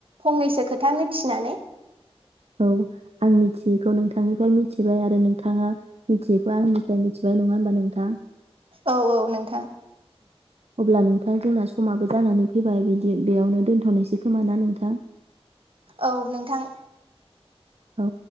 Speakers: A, on the right; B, on the right.
A: फंनैसो खोथा मिथिनानै।
B: औ आं मिथियैखौ नोंथांनिफ्राय मिथिबाय आरो नोंथाङा मिथियैखौ आंनिफ्राय मिथिबाय नङा होमबा नोंथां।
A: औ औ नोंथां।
B: अब्ला नोंथां जोंना समाबो जानानै फैबाय बिदि बेयावनो दोनथ'नोसै खोमा ना नोंथां।
A: औ नोंथां।
B: औ